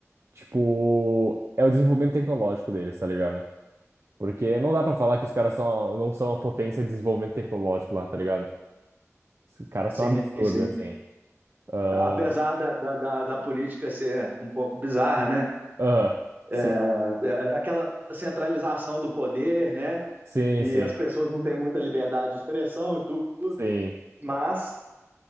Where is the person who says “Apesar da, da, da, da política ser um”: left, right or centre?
Right